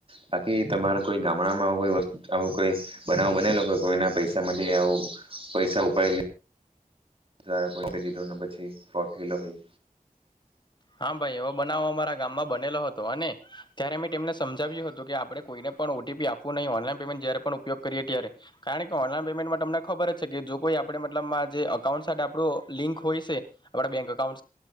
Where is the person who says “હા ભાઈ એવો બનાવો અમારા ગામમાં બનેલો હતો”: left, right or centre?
Left